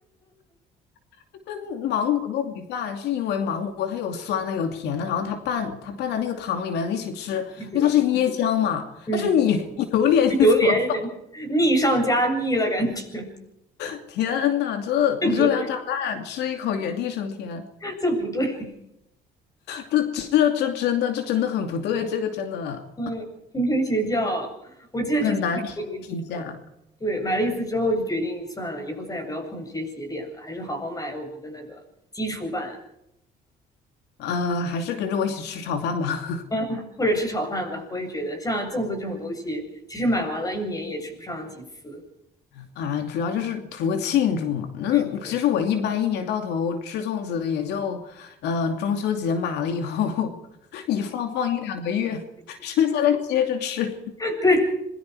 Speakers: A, on the left; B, on the left.
A: <laughs> 那芒果糯米饭是因为芒果它有酸的有甜的，然后它拌它拌在那个汤里面一起吃，
B: 是吧？
A: 因为它是椰浆嘛。
B: 嗯，
A: 但是你 <laughs> 榴莲你怎么放？
B: 榴莲腻上加腻了，感觉 <laughs>
A: <laughs> 天呐，这热量炸弹吃一口原地升天，
B: 这不这不对。
A: 这这这真的这真的很不对，这个真的
B: 嗯，谆谆学教，我记得之前买过一次，
A: 很难评价。
B: 对买了一次之后就决定算了，以后再也不要碰这些鞋点了，还是好好买我们的那个基础版。
A: 呃，还是跟着我一起吃炒饭吧。
B: 嗯，或者吃炒饭吧，我也觉得像粽子这种东西，其实买完了一年也吃不上几次。
A: <laughs> 啊，主要就是图个庆祝嘛。那其实我一般一年到头吃粽子，
B: 这个
A: 也就嗯、呃中秋节码了以后，<laughs> 一放放一两个月，<laughs> 剩下的接着吃。
B: <laughs> 对，